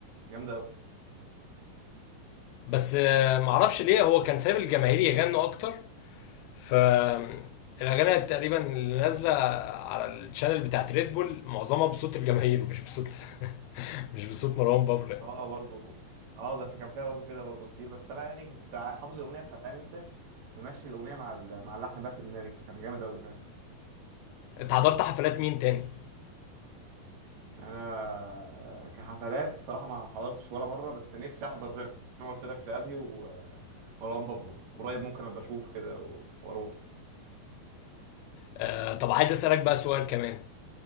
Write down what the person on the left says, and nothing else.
بس آه، معرفش ليه هو كان سايب الجماهير يغنوا اكتر ف الاغاني تقريبا اللي نازله على الشانل بتاعت ريد بول معظمها بصوت الجماهير مش بصوت <laughs> مش بصوت مروان بابلو يعني.
انت حضرت حفلات مين تاني
آه، طب عايز اسالك بقى سؤال كمان